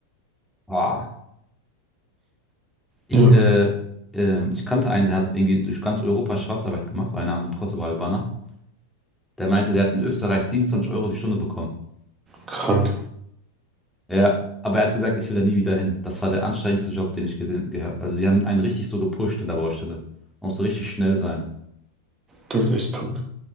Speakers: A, in the centre; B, on the right.
A: Boah. Ich,
B: Ja,
A: äh, ähm, ich kannte einen, der hat irgendwie durch ganz Europa Schwarzarbeit gemacht, einer ein Kosovo-Albaner. Der meinte, der hat in Österreich 27 Euro die Stunde bekommen.
B: krank.
A: Ja, aber er hat gesagt, ich will da nie wieder hin. Das war der anstrengendste Job, den ich gesehen, gehört. Also die haben einen richtig so gepusht in der Baustelle. Man muss so richtig schnell sein.
B: Das ist echt krank.